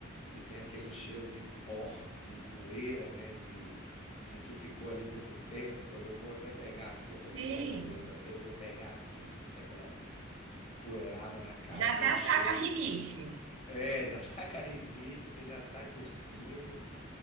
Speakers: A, on the left; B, on the right.
A: E tem aquele cheiro de pó, de poeira, né? De, de que ficou ali muito tempo. Quando eu vou até pegar assim, eu também
B: Sim,
A: gosto de ler também. Eu vou pegar assim, sinto aquela poeirada na cara,
B: já
A: aquele
B: até ataca
A: cheiro.
B: a rinite.
A: É, já <laughs> tá com a rinite, você já sai tossindo.